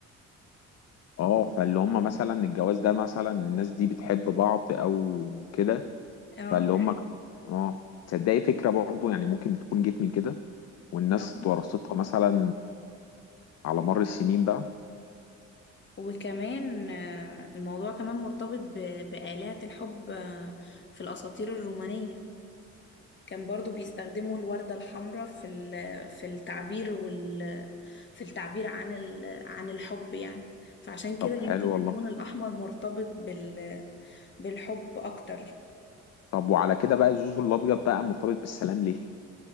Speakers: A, on the left; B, on the left.
A: اه فاللي هم مثلا الجواز ده مثلا الناس دي بتحب بعض او كده
B: اه
A: فاللي
B: ده
A: هم
B: حقيقي.
A: ك- اه تصدقي فكره برضو يعني ممكن تكون جيت من كده والناس
B: آه.
A: ورثتها مثلا على مر السنين بقى
B: وكمان آه، الموضوع كمان مرتبط ب- بآلات الحب آه، في الأساطير الرومانية كان برضو بيستخدموا الوردة الحمراء في ال- في التعبير وال في التعبير عن ال عن الحب يعني فعشان كده
A: طب حلو
B: يمكن
A: والله
B: اللون الأحمر مرتبط بال بالحب أكتر
A: طب وعلى كده بقى الزوز الابيض بقى مرتبط بالسلام ليه